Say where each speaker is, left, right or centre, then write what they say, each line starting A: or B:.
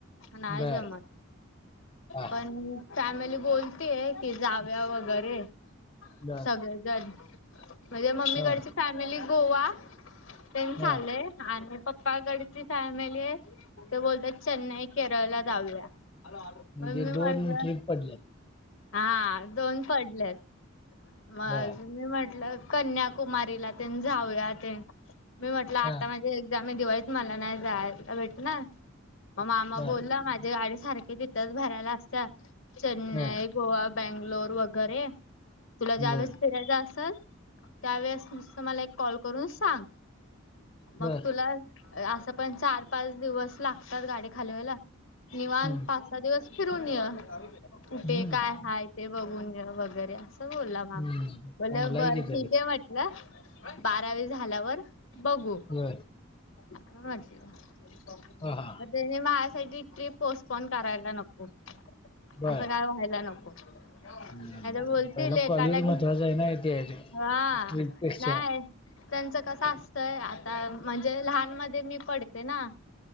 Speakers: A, on the left (about 70°); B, on the left (about 25°).
A: नाय
B: बर
A: जमत
B: हा हा
A: पण फॅमिली बोलतेय की जाऊ या वगैरे
B: बर
A: सगळेजण माझे मम्मीकडची
B: हा
A: फॅमिली गोवातेन चालय
B: हा
A: आणि पप पायगडीची फॅमिली आहे ते बोलतात चेन्नई केरळ ला जाऊ या.
B: म्हणजे
A: मम्मी
B: दोन
A: मारद्या
B: ट्रिप पडल्यात
A: हा दोन पडलेत मग अजून
B: बर
A: मी म्हटलं कन्याकुमारीला तेन जाऊया ते मी म्हटलं आता
B: हा
A: माझे एक्झाम आहे दिवाळी मला नाही जायला भेट ना म मा
B: बर
A: बोलला माझ्या गाडी सारखी तिथंच भरायला असत्या चेन्नई
B: हा
A: गोवा, बेंगलोर वगैरे तुला ज्या
B: बर
A: वेळेस फिरायचा असल त्यावेळेस मला नुसतं एक कॉल करून सांग मग
B: बर
A: तुला असं पण चार पाच दिवस लागतात गाडी खाली होयला. निवान
B: हम्म
A: पाच, सहा दिवस फिरून य कुठे
B: हम्म
A: काय हाय ते बघून घ वगैरे असं बोला मामा
B: हम्म
A: बोला
B: चांगला आहे
A: बरं
B: की तरी
A: ठीक आहे वट ना बारावी झाल्यावर बघू
B: होय
A: नको घाल शिवाय
B: हा हा
A: मग त्याने मा साठी ट्रिप पोस्टपोन करायला नको असं
B: बर
A: काय व्हायला नको
B: हम्म
A: आता बोलतील
B: पहिला
A: एकाला
B: कॉलेज
A: घ्या
B: महत्वाचं आहे ना इथे
A: हा
B: ट्रिप पेक्षा
A: नाही त्यांचं कस असतय आता म्हणजे लहान मध्ये मी पडते ना